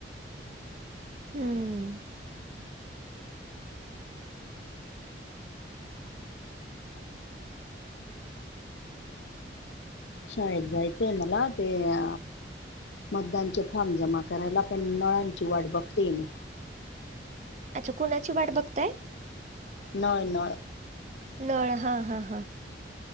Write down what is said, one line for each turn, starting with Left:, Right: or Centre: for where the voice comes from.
Right: हम्म.
Left: शाळेत जायचंय मला ते अ मतदानचे फॉर्म जमा करायला आपण नळांची वाट बघतेय मी.
Right: अच्छा कुणाची वाट बघताय?
Left: नळ नळ.
Right: नळ हा हा हा